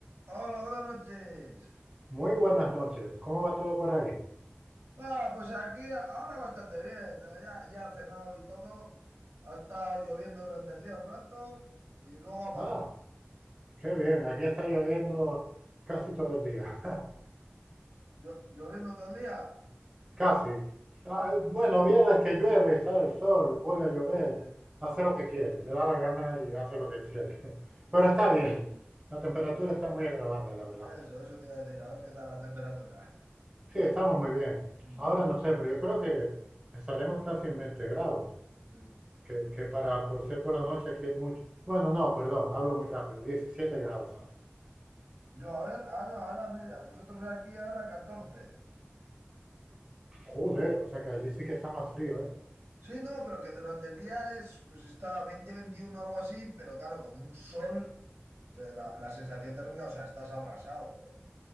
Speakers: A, on the right; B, on the right.
A: Hola, buenas noches.
B: Muy buenas noches. ¿Cómo va todo por ahí?
A: Va, pues aquí ahora bastante bien. eh, Ya, ya he cenado y todo. Ha estado lloviendo durante el día un rato y luego ha parado.
B: Ah, qué bien. Aquí está lloviendo casi todo el día. <laughs>
A: Llo- lloviendo todo el día.
B: Casi. Ah,
A: <laughs>
B: eh, bueno, viernes que llueve, sale el sol, vuelve a llover,
A: Sí.
B: hace lo que quiere, le da la gana y hace lo que quiere. <laughs> Pero
A: Y
B: está bien. La temperatura está muy agradable, la verdad.
A: eso, eso te iba a decir. A ver qué tal la temperatura.
B: Sí, estamos muy bien.
A: Mm,
B: Ahora no sé, pero yo creo que estaremos casi en 20 grados,
A: mm.
B: que, que para por ser por la noche aquí es mucho. Bueno, no, perdón, hablo muy rápido. 17 grados hace.
A: Yo, a ver, ah no, ahora mira, nosotros aquí ahora 14.
B: Joder, o sea que allí sí que está más frío, ¿eh?
A: Sí, no, pero que durante el día es, pues está 20, veintiuno algo así, pero claro, con un sol, que la, la sensación térmica, o sea, estás abrasado.